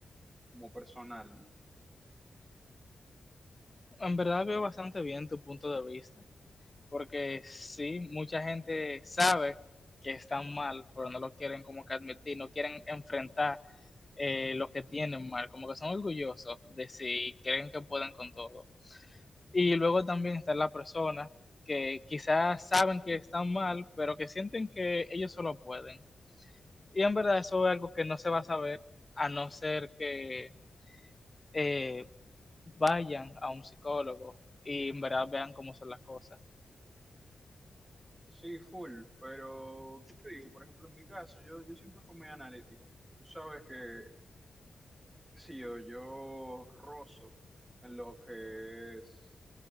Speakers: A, on the right; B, on the left.
A: como personal.
B: En verdad veo bastante bien tu punto de vista, porque sí, mucha gente sabe que están mal, pero no lo quieren como que admitir, no quieren enfrentar eh, lo que tienen mal, como que son orgullosos de si creen que pueden con todo. Y luego también están las personas que quizás saben que están mal, pero que sienten que ellos solo pueden. Y en verdad eso es algo que no se va a saber a no ser que eh, vayan a un psicólogo y en verdad vean cómo son las cosas.
A: Sí, full, pero ¿qué te digo? Por ejemplo, en mi caso, yo, yo siempre fui muy analítico. Tú sabes que, qué sé yo, yo rozo en lo que es